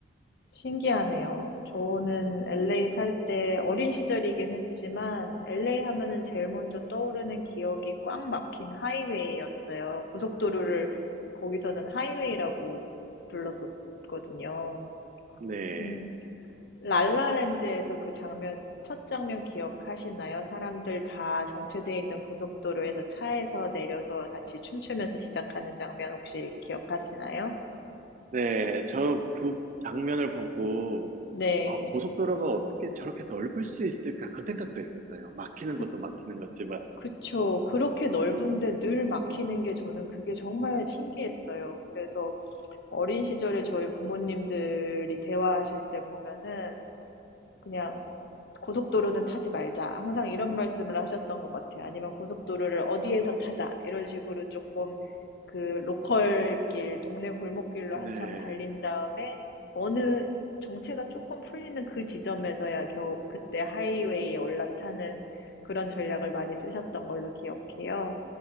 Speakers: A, on the left; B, on the right.
A: 신기하네요. 저는 LA 살 때 어린 시절이긴 했지만 LA 하면은 제일 먼저 떠오르는 기억이 꽉 막힌 하이웨이였어요. 고속도로를 거기서는 하이웨이라고 불렀었거든요.
B: 네.
A: 음, 랄라랜드에서 그 장면, 첫 장면 기억하시나요? 사람들 다 정체돼 있는 고속도로에서 차에서 내려서 같이 춤추면서 시작하는 장면 혹시 기억하시나요?
B: 네. 저 그 장면을 보고,
A: 네.
B: 어, 고속도로가 어떻게 저렇게 넓을 수 있을까? 그 생각도 했었어요. 막히는
A: 그,
B: 것도 막히는 거지만.
A: 그쵸. 그렇게 넓은데 늘 막히는 게 저는 그게 정말 신기했어요. 그래서 어린 시절에 저희 부모님들이 대화하실 때 보면은 그냥 고- 고속도로는 타지 말자. 항상 이런 말씀을 하셨던 것 같아요. 아니면 고속도로를 어디에서 타자. 이런 식으로 조금 그 로컬길, 동네 골목길로
B: 네.
A: 한참 달린 다음에 어느 정체가 조금 풀리는 그 지점에서야 겨우 그때 하이웨이에 올라타는 그런 전략을 많이 쓰셨던 걸로 기억해요.